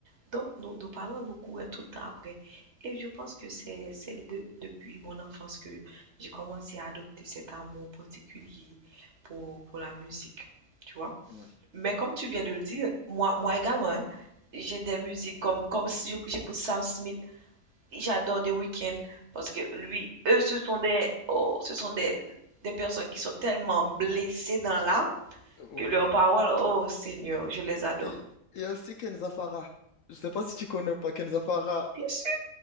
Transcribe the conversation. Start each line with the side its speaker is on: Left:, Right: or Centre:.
Right: Donc, nos, nos parents nous couraient tout le temps après. Et je pense que c'est c'est de- depuis mon enfance que j'ai commencé à adopter cet amour particulier pour, pour la musique, tu vois.
Left: Ouais.
Right: Mais comme tu viens de le dire, moi, moi également, hein, j'ai des musiques comme, comme si j'écoute Sam Smith, j'adore The Weeknd, parce que lui, eux, ce sont des, oh, ce sont des, des personnes qui sont tellement blessées dans l'âme
Left: Ouais.
Right: que leurs paroles, oh Seigneur, je les adore.
Left: Il il y a aussi Kenza Farah. Je sais pas si tu connais ou pas Kenza Farah.
Right: Bien sûr.